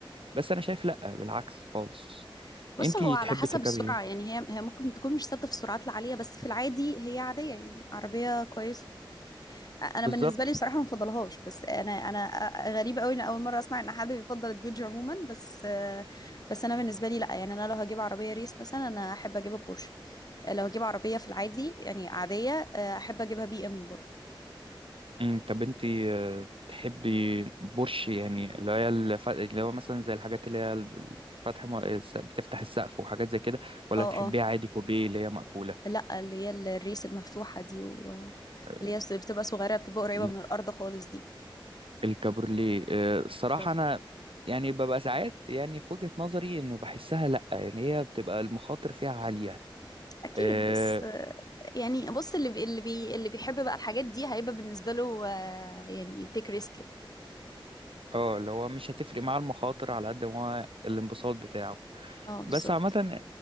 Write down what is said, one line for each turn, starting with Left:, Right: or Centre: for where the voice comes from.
Right: بس انا شايف لأ بالعكس خالص
Left: بص
Right: انتي
Left: هو على
Right: تحبي
Left: حسب
Right: تركبي
Left: السرعه
Right: ايه
Left: يعني هي هي ممكن تكون مش ثابته في السرعات العاليه بس في العادي هي عاديه يعني عربيه كويسه انا
Right: بالظبط
Left: بالنسبه لي صراحه ما بفضلهاش بس انا انا غريبه قوي ان اول مره اسمع ان حد بيفضل الدوج عموما بس بس انا بالنسبه لي لا يعني انا لو هجيب عربيه ريس مثلا انا احب اجيبها بورش لو هجيب عربيه في العادي يعني عاديه احب اجيبها بي ام برضه
Right: مم، طب انت آه، تحبي بورش يعني اللي هي الف... اللي هو مثلا زي الحاجات اللي هي الب- فتح م... الس- بتفتح السقف وحاجات زي كده ولا
Left: اه
Right: تحبيها
Left: اه
Right: عادي كوبيه اللي هي مقفولة
Left: لا اللي هي الريس المفتوحه دي واللي
Right: آه،
Left: هي بتبقى صغيره بتبقى قريبه
Right: ال-
Left: من الارض خالص دي
Right: الكابورليه آه، الصراحة
Left: بالظبط.
Right: أنا يعني ببقى ساعات يعني في وجهة نظري إنه بحسها لأ يعني هي بتبقى المخاطر فيها عالية
Left: اكيد
Right: اه
Left: بس آه، يعني بص اللي بي اللي بي اللي بيحب بقى الحاجات دي هيبقى بالنسبه له آه، يعني تيك ريسك
Right: آه، اللي هو مش هتفرق مع المخاطر على قد ما هو الانبساط بتاعه
Left: اه
Right: بس
Left: بالظبط
Right: عامة